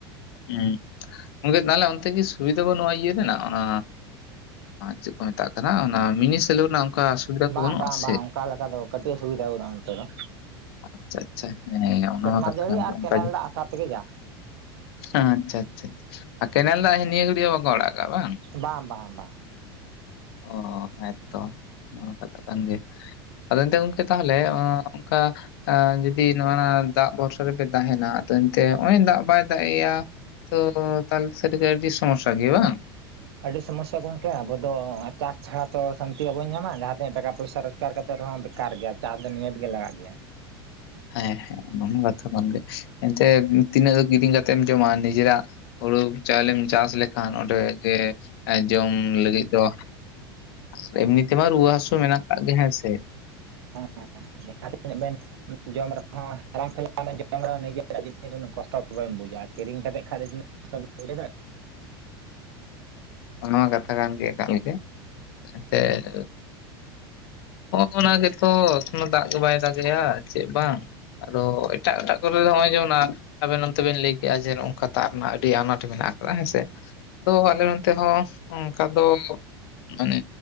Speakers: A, on the left; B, on the right.
A: ᱦᱩᱸ ᱜᱚᱝᱠᱮ ᱛᱟᱦᱞᱮ ᱚᱱᱛᱮ ᱜᱮ ᱥᱩᱵᱤᱫᱷᱟ ᱵᱟᱱᱩᱜ ᱟ ᱤᱭᱟᱹ ᱨᱮᱱᱟᱜ ᱚᱱᱟ ᱪᱮᱫ ᱠᱚ ᱢᱮᱛᱟᱜ ᱠᱟᱱᱟ ᱚᱱᱟ ᱢᱤᱱᱤ ᱥᱮᱞᱩ ᱨᱮᱱᱟᱜ? ᱚᱱᱠᱟ ᱥᱩᱵᱤᱫᱷᱟ ᱠᱚ
B: ᱵᱟᱝ
A: ᱵᱟᱹᱱᱩᱜᱼᱟ
B: ᱵᱟᱝ
A: ᱥᱮ?
B: ᱵᱟᱝ ᱚᱱᱠᱟ ᱞᱮᱠᱟ ᱫᱚ ᱠᱟᱹᱴᱤᱡ ᱥᱩᱵᱤᱫᱷᱟ ᱵᱟᱹᱱᱩᱜᱼᱟ ᱱᱚᱛᱮ ᱫᱚ᱾
A: ᱟᱪᱪᱷᱟ ᱟᱪᱪᱷᱟ ᱦᱮᱸ ᱚᱱᱟᱦᱚᱸ
B: ᱥᱮᱨᱢᱟ
A: ᱠᱟᱛᱷᱟ
B: ᱡᱟᱹᱲᱤ
A: ᱠᱟᱱ ᱜᱮ
B: ᱟᱨ
A: ᱚᱱᱠᱟ
B: ᱠᱮᱱᱮᱞ
A: ᱜᱮ
B: ᱫᱟᱜ ᱟᱥᱟ ᱛᱮᱜᱮ ᱡᱟ
A: ᱟᱪᱪᱷᱟ ᱟᱪᱪᱷᱟ ᱪᱷᱟ ᱠᱮᱱᱮᱞ ᱫᱟᱜ ᱱᱤᱭᱟᱹ ᱜᱷᱟᱹᱲᱭᱟᱹ ᱵᱟᱠᱚ ᱟᱲᱟᱜᱼᱟ ᱵᱟᱝ
B: ᱵᱟᱝ ᱵᱟᱝ ᱵᱟᱝ
A: ᱚ ᱦᱮ ᱛᱚ ᱱᱚᱣᱟ ᱠᱟᱛᱷᱟ ᱠᱟᱱ ᱜᱮᱭᱟ ᱟᱫᱚ ᱮᱱᱛᱮ ᱜᱚᱝᱠᱮ ᱛᱟᱦᱚᱞᱮ ᱚᱱᱠᱟ ᱮ ᱡᱩᱫᱤ ᱱᱚᱜᱼ ᱫᱟᱜ ᱵᱷᱚᱨᱥᱟ ᱨᱮᱯᱮ ᱛᱟᱦᱮᱸᱱᱟ ᱟᱫᱚ ᱮᱱᱛᱮ ᱱᱚᱜᱼᱚᱭ ᱫᱟᱜ ᱵᱟᱭ ᱫᱟᱜ ᱮᱫᱼᱟ ᱛᱚ ᱛᱟᱦᱚᱞᱮ ᱥᱟᱨᱤ ᱜᱮ ᱟᱹᱰᱤ ᱥᱚᱢᱚᱥᱟ ᱜᱮᱭᱟ ᱵᱟᱝ
B: ᱟᱹᱰᱤ ᱥᱚᱢᱚᱥᱥᱟ ᱠᱚ ᱜᱚᱢᱠᱮ ᱟᱵᱚ ᱫᱚ ᱪᱟᱥ ᱪᱷᱟᱲᱟ ᱛᱚ ᱥᱟᱱᱛᱤ ᱵᱟᱵᱚᱱ ᱧᱟᱢᱟ ᱡᱟᱦᱟᱸ ᱛᱤᱱᱟᱹᱜ ᱴᱟᱠᱟ ᱯᱚᱭᱥᱟ ᱵᱮᱠᱟᱨ ᱠᱟᱛᱮ ᱨᱮᱦᱚᱸ ᱵᱮᱠᱟᱨ ᱜᱮᱭᱟ ᱪᱟᱥ ᱫᱚ ᱱᱤᱦᱟᱹᱛ ᱜᱮ ᱞᱟᱜᱟᱜ ᱜᱮᱭᱟ
A: ᱦᱮᱸ ᱦᱮᱸ ᱚᱱᱟ ᱠᱟᱛᱷᱟ ᱠᱟᱱ ᱜᱮᱭᱟ ᱮᱱᱛᱮ ᱛᱤᱱᱟᱹᱜ ᱠᱤᱨᱤᱧ ᱠᱟᱛᱮ ᱮᱢ ᱡᱚᱢᱟ ᱱᱤᱡᱮᱨᱟᱜ ᱦᱩᱲᱩ ᱪᱟᱣᱞᱮᱢ ᱪᱟᱥ ᱞᱮᱠᱷᱟᱱ ᱚᱸᱰᱮ ᱜᱮ ᱡᱚᱢ ᱞᱟᱹᱜᱤᱫ ᱫᱚ ᱟᱨ ᱮᱢᱱᱤ ᱛᱮᱢᱟ ᱨᱩᱣᱟᱹ ᱦᱟᱹᱥᱩ ᱢᱮᱱᱟᱜ ᱟᱠᱟᱜ ᱜᱮ ᱦᱮᱸ ᱥᱮ
B: ᱦᱮᱸ ᱦᱮᱸ ᱡᱟᱦᱟᱸᱱᱟᱹᱜ ᱵᱮᱱ ᱡᱚᱢ ᱨᱮᱦᱚᱸ <unintelligible> ᱡᱚᱢ ᱨᱮᱦᱚᱸ ᱱᱮᱱᱟᱜ ᱠᱚᱥᱴᱚ ᱵᱟᱢ ᱵᱩᱡᱟᱼᱟ ᱠᱤᱨᱤᱧ ᱠᱟᱛᱮ ᱠᱷᱟᱱ ᱫᱚ <unintelligible>
A: ᱚᱱᱟ ᱠᱟᱛᱷᱟ ᱠᱟᱱ ᱜᱮᱭᱟ ᱮᱠᱟᱞ ᱜᱮ ᱮᱱᱛᱮᱫ ᱦᱚᱸᱜ ᱚᱱᱟ ᱜᱮᱛᱚ ᱠᱚᱱᱳ ᱫᱟᱜ ᱜᱮ ᱵᱟᱭ ᱫᱟᱜᱮᱭᱟ ᱪᱮᱫ ᱵᱟᱝ ᱟᱫᱚ ᱮᱴᱟᱜ ᱮᱴᱟᱜ ᱨᱮ ᱱᱚᱜᱼᱚᱭ ᱡᱮᱢᱚᱱ ᱟᱱ ᱟᱵᱮᱱ ᱱᱚᱱᱛᱮ ᱵᱮᱱ ᱞᱟᱹᱭ ᱠᱮᱜᱼᱟ ᱡᱮ ᱱᱚᱝᱠᱟ ᱫᱟᱜ ᱨᱮᱱᱟᱜ ᱟᱹᱰᱤ ᱟᱱᱟᱴ ᱢᱮᱱᱟᱜ ᱟᱠᱟᱫᱟ ᱦᱮᱸ ᱥᱮ ᱟᱫᱚ ᱟᱞᱮ ᱱᱚᱱᱛᱮ ᱦᱚᱸ ᱚᱱᱠᱟ ᱫᱚ ᱢᱟᱱᱮ